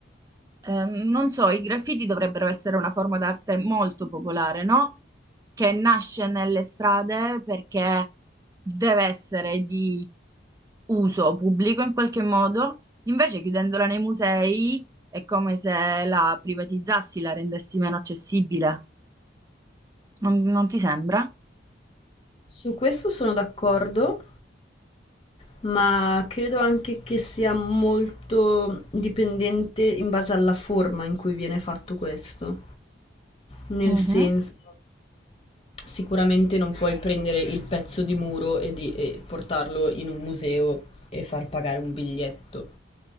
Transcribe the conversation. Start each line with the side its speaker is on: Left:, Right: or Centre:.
Right: eh, non so, i graffiti dovrebbero essere una forma d'arte molto popolare, no? Che nasce nelle strade perché deve essere di uso pubblico in qualche modo, invece chiudendola nei musei è come se la privatizzassi, la rendessi meno accessibile. Non, non ti sembra?
Left: su questo sono d'accordo. Ma credo anche che sia molto dipendente in base alla forma in cui viene fatto questo. Nel
Right: Mhm,
Left: senso, sicuramente non puoi prendere il pezzo di muro e, di- e portarlo in un museo e far pagare un biglietto.